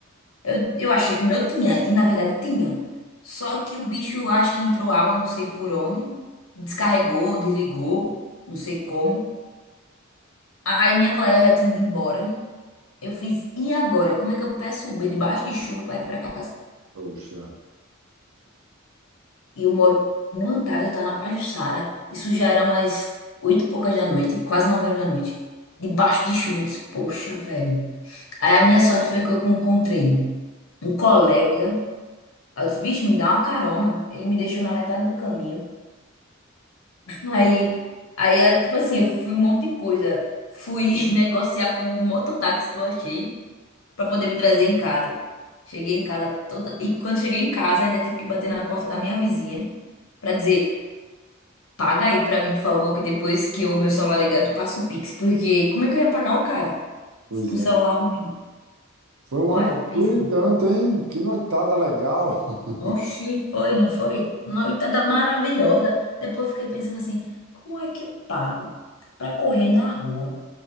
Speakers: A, on the left; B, on the right.
A: Eu, eu achei que o meu tinha, e na verdade tinha. Só que o bicho, acho que entrou água, não sei por onde, descarregou, desligou, não sei como. Aí minha colega já tinha ido embora. Eu fiz, e agora? Como é que eu peço Uber debaixo de chuva para ir para casa?
B: poxa,
A: E eu moro no Antares, eu tava na Pajuçara. Isso já era umas oito e poucas da noite, quase nove horas da noite. Debaixo de chuva, eu disse, poxa, velho. Aí a minha sorte foi que eu encontrei um colega. Aí eu disse, bicho, me dá uma carona. Ele me deixou na metade do caminho. <laughs> Aí, aí, tipo assim, eu fui um monte de coisa. Fui <laughs> negociar com o mototáxi que eu achei. pra poder me trazer em casa. Cheguei em casa toda. E quando cheguei em casa, ainda tive que bater na porta da minha vizinha pra dizer: paga aí pra mim, por favor, que depois que o meu celular ligar, eu te passo o Pix. Porque como é que eu ia pagar o cara
B: pois
A: com
B: é.
A: o celular ruim?
B: Foi uma
A: Olha,
B: aventura
A: pensei.
B: e tanto, hein? Que noitada legal. <laughs>
A: Oxi, foi, não foi? Noitada maravilhosa. Depois fiquei pensando assim: como é que eu pago pra correr na rua?